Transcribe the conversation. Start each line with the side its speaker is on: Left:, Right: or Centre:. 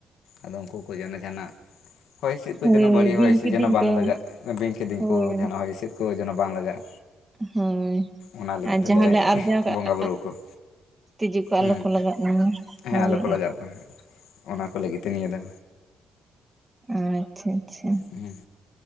Left: ᱟᱫᱚ ᱩᱱᱠᱩ ᱠᱚ ᱡᱮᱱᱚ ᱡᱟᱦᱟᱱᱟᱜ ᱦᱚᱭ ᱦᱤᱸᱥᱤᱫ ᱠᱚ
Right: ᱦᱳᱭ
Left: ᱡᱮᱱᱚ ᱵᱟᱹᱲᱤᱡ ᱦᱚᱭ
Right: ᱵᱤᱧ
Left: ᱦᱤᱸᱥᱤᱫ
Right: ᱠᱤᱫᱤᱧ
Left: ᱡᱮᱱᱚ ᱵᱟᱝ
Right: ᱠᱚ
Left: ᱞᱟᱜᱟᱜ ᱵᱤᱧ ᱠᱤᱫᱤᱧ
Right: ᱦᱳᱭ
Left: ᱠᱚ ᱡᱟᱦᱟ ᱦᱚᱭ ᱦᱤᱸᱥᱤᱫ ᱠᱚ ᱡᱮᱱᱚ ᱵᱟᱝ ᱞᱟᱜᱟᱜ
Right: ᱦᱳᱭ
Left: ᱚᱱᱟ ᱞᱟᱹᱜᱤᱫ
Right: ᱟᱨ
Left: ᱛᱮᱞᱮ
Right: ᱡᱟᱦᱟᱸ ᱞᱮ ᱟᱨᱡᱟᱣ ᱠᱟᱜᱼᱟ
Left: ᱵᱚᱸᱜᱟᱵᱩᱨᱩ ᱟᱠᱚᱣᱟ
Right: ᱛᱤᱡᱩ ᱠᱚ ᱟᱞᱚ
Left: ᱦᱩᱸ
Right: ᱠᱚ ᱞᱟᱜᱟᱜ ᱢᱟ
Left: ᱦᱮᱸ
Right: ᱦᱳᱭ
Left: ᱟᱞᱚ ᱠᱚ ᱞᱟᱜᱟᱣᱼᱟ ᱚᱱᱟ ᱠᱚ ᱞᱟᱹᱜᱤᱫ ᱛᱮ ᱱᱤᱭᱟᱹ ᱫᱚᱼᱼ
Right: ᱚ ᱟᱪᱪᱷᱟ ᱟᱪᱪᱷᱟ
Left: ᱦᱮᱸ